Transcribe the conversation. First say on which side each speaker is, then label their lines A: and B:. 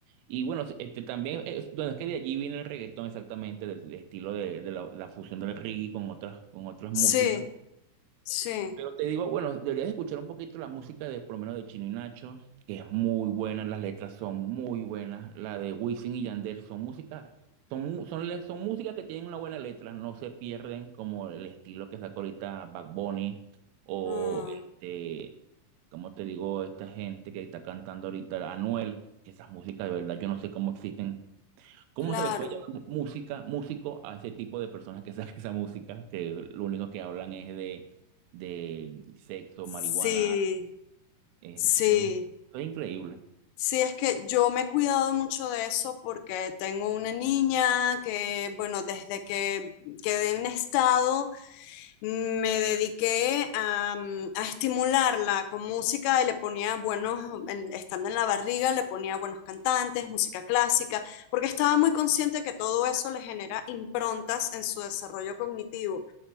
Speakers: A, on the right; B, on the left.
A: Y bueno, este también, es, bueno, es que de allí viene el reggaetón exactamente, del, del estilo de, de la, la fusión del reggae con otras, con otras músicas.
B: Sí, sí.
A: Pero te digo, bueno, deberías escuchar un poquito la música de, por lo menos de Chino y Nacho, que es muy buena, las letras son muy buenas, la de Wisin y Yandel son música, son, mu- son, le- son música que tienen una buena letra, no se pierden como el estilo que sacó ahorita Bad Bunny o
B: Ah,
A: este, como te digo, esta gente que está cantando ahorita, Anuel, que esas músicas de verdad, yo no sé cómo existen ¿Cómo
B: claro.
A: se le puede llamar música, músico a ese tipo de personas que <laughs> sacan esa música, que lo único que hablan es de, de sexo,
B: Sí,
A: marihuana? eh,
B: sí.
A: eso es, eso es increíble.
B: Sí, es que yo me he cuidado mucho de eso porque tengo una niña que, bueno, desde que quedé en estado, me dediqué a, mm, a estimularla con música y le ponía buenos, en- estando en la barriga, le ponía buenos cantantes, música clásica, porque estaba muy consciente que todo eso le genera improntas en su desarrollo cognitivo.